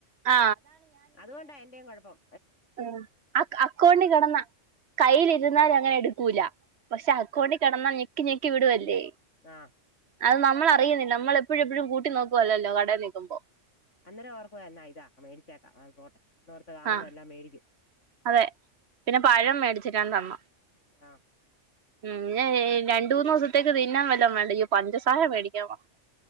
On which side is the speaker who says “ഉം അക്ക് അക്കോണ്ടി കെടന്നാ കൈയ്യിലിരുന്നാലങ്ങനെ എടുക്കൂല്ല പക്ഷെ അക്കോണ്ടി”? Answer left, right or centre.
Right